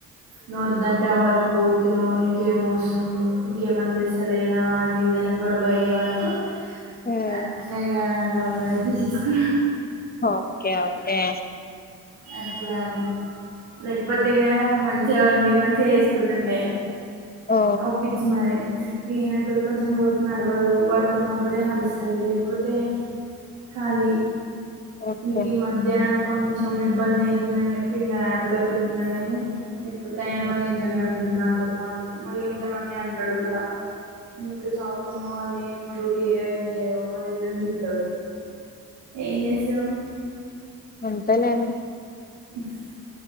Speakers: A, on the right; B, on the left.
A: నువవుద్దంటే వరకు పోతున్నవు నీకే మోసరం నీకేం అందిస్తలే. నాది గ గొడవ అయ్యే వరకు
B: ఉమ్
A: అట్ల ఇగ లవ్ మ్యారేజ్ చేసేస్. క
B: ఓకే ఓకే.
A: అట్లా అని లేకపోతే ఇగా మన్. చెవండి మంచిగా చెసుకుంటుండే
B: ఓ
A: ఒప్పించి మరి. ఈయనకు కూడా కొంచెం వర్క్ నడవదు వర్క్ ఉన్నప్పుడే నడుస్తది లేకపోతే. కాలీ.
B: ఓకే
A: ఇంక ఈ మధ్య కొంచెం ఇబ్బంది అయితుందని చెప్పి ఇంకా ర్యాపిడొ కి వెళ్తున్నాడు కాని. లేకపోతే అయినా
B: హ్మ్.
A: కూడా ఇంట్లోనే ఉంటాడు నాతో పాటు మళ్ళీ ఇంకా నన్నే అంటాడు ఉల్టా. నీకు చావుకును అని ను రటీయో ఏం చేయో. అది ఇది అని తిడుతాడ్ ఎం చేసావ్.
B: కొంతలె అన్ని
A: ఎస్